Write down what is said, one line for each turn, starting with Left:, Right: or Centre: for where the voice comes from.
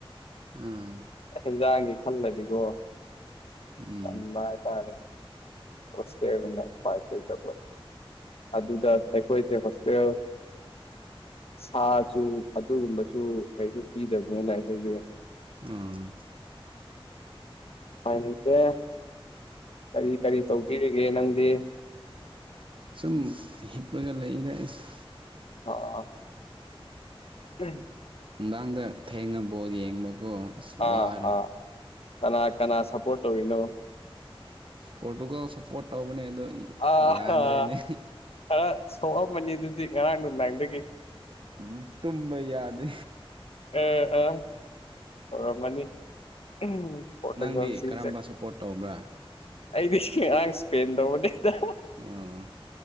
Right: ꯑꯥ
Left: ꯍꯦꯟꯖꯥꯡꯒꯤ ꯈꯜꯂꯗꯤꯀꯣ
Right: ꯎꯝ
Left: ꯇꯟꯕ ꯍꯥꯏ ꯇꯥꯔꯦ <unintelligible> ꯑꯗꯨꯗ ꯑꯩꯈꯣꯏꯁꯦ ꯍꯣꯁꯇꯦꯜ ꯁꯥꯁꯨꯨ ꯑꯗꯨꯒꯨꯝꯕꯁꯨ ꯀꯩꯁꯨ ꯄꯤꯗꯕꯅꯤꯅ ꯑꯩꯈꯣꯏꯒꯤ
Right: ꯎꯝ
Left: ꯎꯄꯥꯏ ꯂꯩꯇꯦ ꯀꯔꯤ ꯀꯔꯤ ꯇꯧꯕꯤꯔꯤꯒꯦ ꯅꯪꯗꯤ
Right: ꯁꯨꯝ ꯍꯤꯞꯔꯒ ꯂꯩꯗ ꯑꯩꯁ
Left: ꯑꯣ ꯑꯣ ꯑꯣ ꯎꯝ
Right: ꯅꯨꯡꯗꯥꯡꯗ ꯊꯦꯡꯉ ꯕꯣꯠ ꯌꯦꯡꯕꯒꯣ ꯑ꯭ꯁ
Left: ꯑꯥ
Right: ꯋꯥꯔꯦ
Left: ꯑꯥ ꯀꯅꯥ ꯀꯅꯥ ꯁꯞꯄꯣꯔꯠ ꯇꯧꯔꯤꯅꯣ
Right: ꯄꯣꯔꯇꯨꯒꯜ ꯁꯞꯄꯣꯔꯠ ꯇꯧꯕꯅꯦ ꯑꯗꯣ
Left: ꯑꯥ
Right: ꯌꯥꯗ꯭ꯔꯦꯅꯦ
Left: ꯑꯥ ꯈꯔ ꯁꯣꯛꯑꯝꯃꯅꯤ ꯑꯗꯨꯗꯤ ꯉꯔꯥꯡ ꯅꯨꯡꯗꯥꯥꯡꯗꯒꯤ
Right: ꯎꯝ ꯇꯨꯝꯕ ꯌꯥꯗꯦ
Left: ꯑ ꯑ ꯇꯧꯔꯝꯃꯅꯤ ꯎꯝ ꯄꯣꯔꯇꯨꯒꯜꯁꯤꯡꯁꯦ
Right: ꯅꯪꯗꯤ ꯀꯔꯝꯕ ꯁꯞꯄꯣꯔꯠ ꯇꯧꯕ꯭ꯔꯥ
Left: ꯑꯩꯗꯤꯁꯤ ꯑꯥꯡ ꯁ꯭ꯄꯦꯟ ꯇꯧꯕꯅꯤꯗ
Right: ꯑꯣ